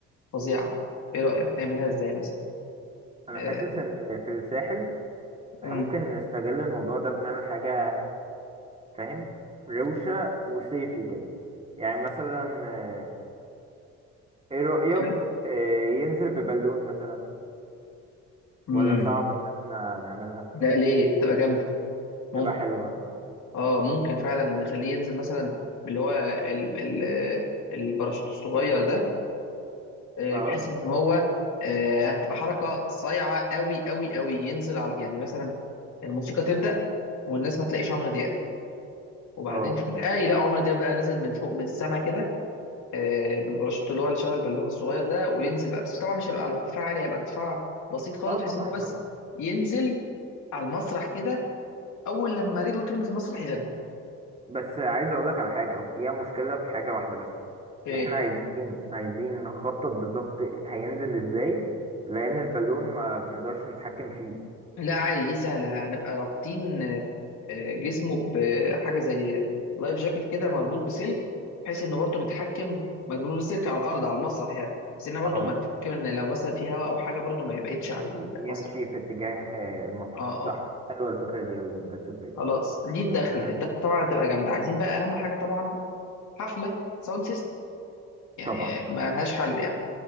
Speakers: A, on the left; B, on the right.
A: فظيعة إيه رأيك تعملها
B: بص
A: إزاي مثلا؟
B: انا
A: آه،
B: حاسس ان في الساحل
A: مم،
B: احنا ممكن نستغل الموضوع ده بنعمل حاجة فاهم روشة وصيفي كده يعني مثلا آه، ايه رأيك
A: حلو
B: آه، ينزل ببالون مثلا
A: مم.
B: ولا صعب ان احنا نعملها
A: لا ليه هتبقى جامده ممكن
B: تبقى حلوة ها
A: اه ممكن فعلا نخليه ينزل مثلا باللي هو ال... ال... الباراشوت الصغير ده آه،
B: اه
A: بحيث ان هو آه، هتبقى حركه صايعه قوي قوي قوي ينزل على يعني مثلا الموسيقى تبدا والناس ما تلاقيش عمرو دياب وبعدين
B: اه
A: فجاه يلاقوا عمرو دياب بقى نازل من فوق من السما كده آه، بالباراشوت اللي هو اللي شبه البالون الصغير ده وينزل بقى بس طبعا مش هيبقى على ارتفاع عالي هيبقى ارتفاع بسيط خالص
B: اه طبعا
A: بحيث ان هو بس
B: طبعا
A: ينزل على المسرح كده اول لما رجله تلمس المسرح يغني
B: بس عايز اقول لك على حاجة فيها مشكلة في حاجة واحدة بس
A: ايه
B: ان احنا عايزين عايزين نخطط بالظبط هينزل ازاي لان البالون ما بنقدرش نتحكم فيه
A: لا عادي دي سهله هنبقى رابطين آه، آه، جسمه بحاجه زي لايف جاكيت كده مربوط بسلك بحيث انه برضه نتحكم مربوط بالسلك على الارض على المسرح يعني بس انه برضه
B: اه
A: ما نتحكم ان لو مثلا في هواء او حاجه برضه ما يبعدش عن
B: ي-
A: المسرح
B: يمشي في اتجاه آه، المسرح
A: اه
B: صح
A: اه
B: حلوة الفكرة دي اوي ما جاتش في بالي
A: خلاص دي الدخله
B: آه،
A: الدخله طبعا هتبقى جامده عايزين بقى اهم حاجه طبعا حفله ساوند سيستم يعني
B: طبعا
A: ما لهاش حل يعني